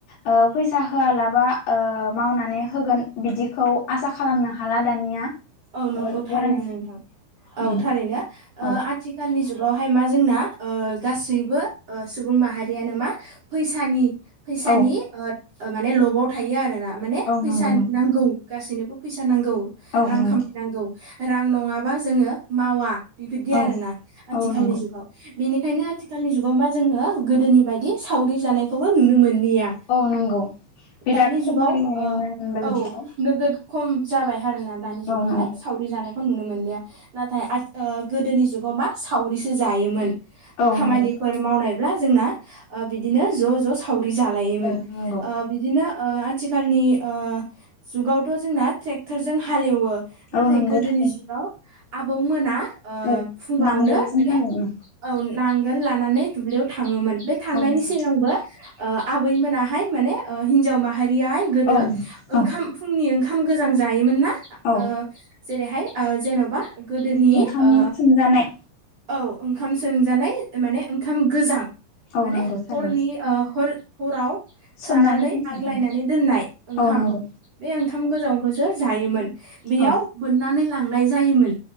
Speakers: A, on the left (about 80°); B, on the right (about 40°).
A: ओ फैसा होआलाबा ओ मावनानै होगोन बिदिखौ आसा खालामनो हाला दानिया
B: औ नंगौ
A: ओ नंगौना
B: थारैनो नोंथां औ
A: उम
B: थारैनो ओ
A: औ
B: आथिखालनि जुग बावहाय मा जोंना ओ गासैबो सुबुं माहारियानो मा फैसानि फैसानि
A: औ
B: ओ माने लस लबाव थायो आरो ना माने
A: औ
B: फैसा
A: नंगौ नोंथां
B: नांगौ गासैनोबो फैसा नांगौ
A: औ
B: रां
A: नंगौ
B: खामायनांगौ रां नङाबा जोङो मावा बेबायदि
A: औ
B: आरो ना आथिखालनि
A: औ नंगौ
B: जुगाव बेनिखायनो आथिखालनि जुगाव मा जोङो गोदोनि बायदि सावरि जानायखौबो नुनो मोन मोहैया
A: औ नंगौ बिराद
B: दानि
A: खमायनो
B: जुगाव
A: नुनो मोनबाय
B: औ
A: बिदिखौ
B: नोगोद खम जाबाय आरो ना दानि जुगावहाय
A: औ नंगौ
B: सावरि जानाय खौ नुनो मोनलिया नाथाय आथि ओ गोदोनि जुगाव मा सावरिसो जायोमोन
A: औ
B: खामानिफोर
A: नंगौ
B: मावनायब्ला जोंना ओ बिदिनो ज' ज' सावरि जालायोमोन
A: औ नंगौ
B: ओ बिदिनो ओ आथिखालनि ओ जुगावथ' जोंना ट्रेक्टरजों हालेवो। नाथाय
A: औ नंगौ
B: गोदोनि
A: थारैनो
B: जुगाव आबौ मोना ओ
A: औ
B: फुङावनो
A: नांगोलजों
B: माने
A: हालेवो
B: औ नांगौ। लानानै दुब्लियाव थाङोमोन बे थांनायनि
A: औ नंगौ
B: सिगांबो ओ आबैमोनाहाय माने ओ हिनजाव माहारियाहाय गोदो
A: औ नंगौ
B: ओंखाम
A: औ
B: फुंनि ओंखाम गोजां जायोमोन ना
A: औ
B: ओ जेरैहाय ओ जेन'बा गोदोनि
A: ओंखाम
B: ओ
A: सोमजानाय
B: औ ओंखाम सोंजानाय माने ओंखाम गोजां
A: औ
B: माने
A: नंगौ थारैनो
B: हरनि हर ओ हराव
A: सोमनानै
B: जानानै
A: दोनखानाय
B: आग्लायनानै
A: औ
B: दोननाय ओंखाम
A: औ नंगौ
B: बे ओंखाम गोजां खौसो जायो मोन बेयाव
A: औ
B: बोननानै लांनाय जायो मोन